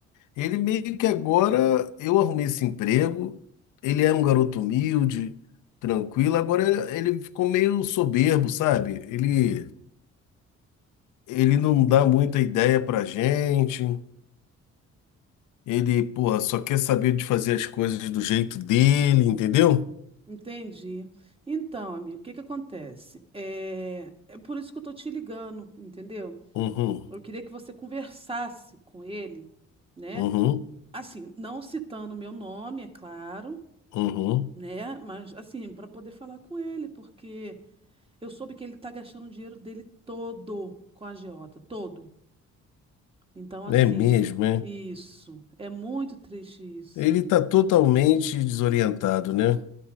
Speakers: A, on the left; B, on the right.
A: Ele meio que agora, eu arrumei esse emprego, ele era um garoto humilde, tranquilo, agora ele, ele ficou meio soberbo, sabe? Ele ele não dá muita ideia pra gente. Ele, porra, só quer saber de fazer as coisas do jeito dele, entendeu?
B: Entendi. Então, amigo, o que que acontece? É, é por isso que eu tô te ligando, entendeu?
A: Uhum,
B: Eu queria que você conversasse com ele, né?
A: uhum,
B: Assim, não citando meu nome, é claro,
A: uhum.
B: né? Mas assim, para poder falar com ele, porque eu soube que ele tá gastando o dinheiro dele todo com a agiota, todo. Então, assim,
A: É mesmo, é.
B: isso. É muito triste isso.
A: Ele tá totalmente desorientado, né?